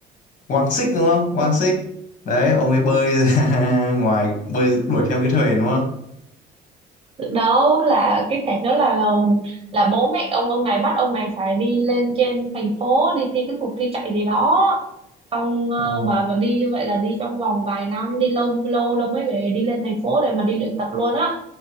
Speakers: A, on the left (about 50°); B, on the right (about 35°).
A: Quang Sích đúng không? Quang Sích. Đấy, ông ấy bơi ra <laughs> ngoài bơi đuổi theo cái thuyền đúng không?
B: đâu là cái cảnh đó là là bố mẹ ông ông này bắt ông này phải đi lên trên thành phố đi thi cái cuộc thi chạy gì đó xong ờ,
A: Ờ,
B: mà mà đi như vậy là đi trong vòng vài năm đi lâu lâu lâu mới về đi lên thành phố để mà đi luyện tập luôn á